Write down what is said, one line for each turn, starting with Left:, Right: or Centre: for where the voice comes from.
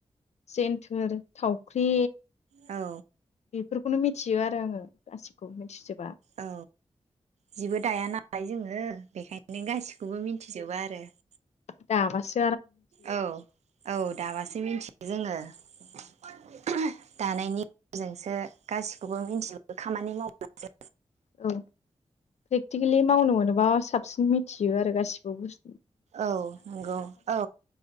Left: जेन्थोर थाव ख्रि
Right: औ
Left: बेफोरखौनो मिथियो आरो आङो गासिखौ मिथिजोबा
Right: औ जिबो दाया नालाय जोङो बेखायनो नो गासिखौबो मिथिजोबा आरो <inaudible>
Left: दा बासो
Right: औ औ दाबासो मिथियो जोङो ओम दानायनि गेजेरजोंसो गासिखौबो मिथिजो खामानि मावब्लासो
Left: औ प्रेक्टिकेलि मावनो मोन बा साबसिन मिथियो आरो गासिबो बुस्थु
Right: औ नंगौ औ